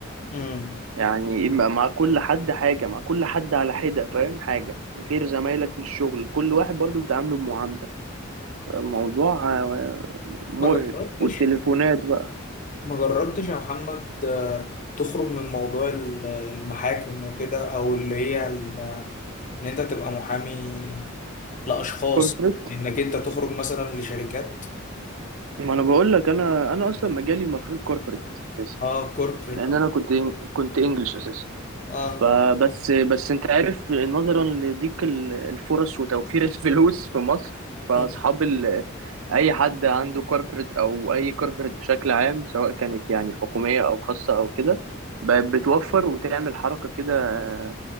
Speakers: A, on the left (about 40°); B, on the right (about 75°).
A: امم
B: يعني مع مع كل حد حاجة مع كل حد على حدة فاهم حاجة غير زمايلك في الشغل كل واحد برضو بتعامله بمعاملة موضوع آه، مرهق
A: ما جربتش
B: والتليفونات بقى
A: ما جربتش يا محمد آه، تخرج من موضوع ال- المحاكم وكده او اللي هي ال- ان انت تبقى محامي لاشخاص
B: كوربريت
A: انك انت تخرج مثلا لشركات
B: ما انا بقول لك انا انا اصلا مجالي المفروض كوربريت اساسا
A: اه كوربريت
B: لان
A: اه
B: انا كنت إن- كنت انجلش اساسا
A: اه
B: فبس بس انت عارف نظرا لضيق ال- الفرص وتوفير <laughs> الفلوس في مصر فاصحاب
A: مم.
B: ال... اي حد عنده كوربريت او اي كوربريت بشكل عام سواء كانت يعني حكوميه او خاصه او كده بقت بتوفر وتعمل حركه كده آه،